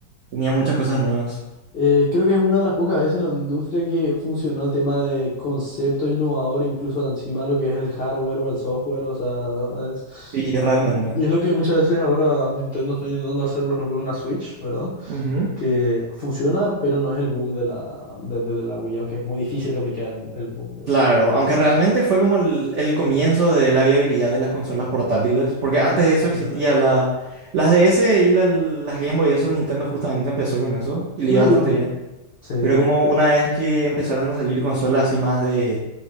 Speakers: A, on the right; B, on the left.
A: tenía muchas cosas nuevas.
B: Eh, creo que es una de las pocas veces en la industria que funcionó el tema de concepto innovador, incluso encima lo que es el hardware o el software, o sea, es-
A: Y realmente.
B: y es lo que muchas veces ahora Nintendo está intentando hacer, por ejemplo, con la Switch, ¿verdad?
A: Ujú.
B: Que funciona, pero no es el boom de la, de, de- de la Wii, aunque es muy difícil replicar el, mo- el boom de
A: Claro,
B: la,
A: aunque
B: de la
A: realmente
B: Wii.
A: fue como el, el comienzo de la viabilidad de las consolas portátiles, porque antes de eso
B: También,
A: existía
B: ¿no?
A: la, las DS y la- las Game Boy, eso Nintendo justamente empezó con eso y
B: Claro.
A: le iba bastante bien.
B: Sí,
A: Pero como una vez que empezaron a salir consolas así más de,